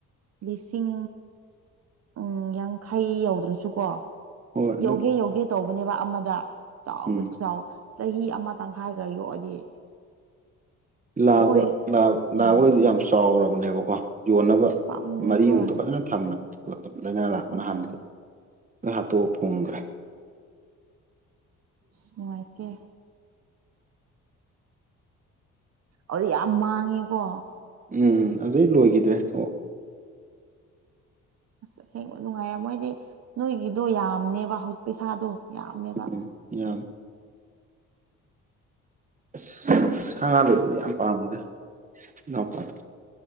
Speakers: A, on the right; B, on the right.
A: ꯂꯤꯁꯤꯡ ꯎꯝ ꯌꯥꯡꯈꯩ ꯌꯧꯗ꯭ꯔꯁꯨꯀꯣ
B: ꯍꯣꯏ ꯑꯗꯨꯝ
A: ꯌꯧꯒꯦ ꯌꯧꯒꯦ ꯇꯧꯕꯅꯦꯕ ꯑꯃꯗ ꯆꯥꯎꯕꯗꯤ
B: ꯎꯝ
A: ꯆꯥꯎ ꯆꯍꯤ ꯑꯃ ꯇꯪꯈꯥꯏꯈ꯭ꯔ ꯌꯣꯛꯑꯗꯤ
B: ꯂꯥꯕ
A: ꯑꯩꯈꯣꯏ ꯎꯝ
B: ꯂꯥꯕꯈꯩꯗꯤ ꯌꯥꯝ ꯆꯥꯎꯔꯕꯅꯦꯕꯀꯣ ꯌꯣꯟꯅꯕ
A: ꯑꯁ ꯄꯥꯝꯃꯨꯑꯦ
B: ꯃꯔꯤꯃꯨꯛꯇ
A: ꯍꯣꯏ
B: ꯐꯖꯅ ꯊꯝꯃꯅꯤ ꯑꯗꯨꯝ ꯂꯥꯏꯅꯥ ꯂꯥꯛꯄꯅ
A: ꯎꯝ
B: ꯍꯥꯡꯉꯗꯦ ꯍꯥꯇꯣꯛ ꯐꯨꯝꯈ꯭ꯔꯦ
A: ꯅꯨꯡꯉꯥꯏꯇꯦ ꯑꯗꯨꯗꯤ ꯌꯥꯝ ꯃꯥꯡꯉꯦꯀꯣ
B: ꯎꯝ ꯎꯝ ꯑꯗꯨꯩ ꯂꯣꯏꯈꯤꯗ꯭ꯔꯦ ꯑꯣ
A: ꯑꯁ ꯑꯁꯦꯡꯕ ꯅꯨꯡꯉꯥꯏꯔ ꯃꯣꯏꯗꯤ ꯅꯣꯏꯒꯤꯗꯣ ꯌꯥꯝꯅꯦꯕ ꯍꯧꯖꯤꯛ ꯄꯩꯁꯥꯗꯣ ꯌꯥꯝꯃꯦꯕ
B: ꯝ ꯌꯥꯝ ꯑꯁ ꯁꯥ ꯉꯥ ꯂꯣꯏꯕꯗꯤ ꯌꯥꯝ ꯄꯥꯝꯗ ꯏꯅꯥꯎꯄꯥꯗꯣ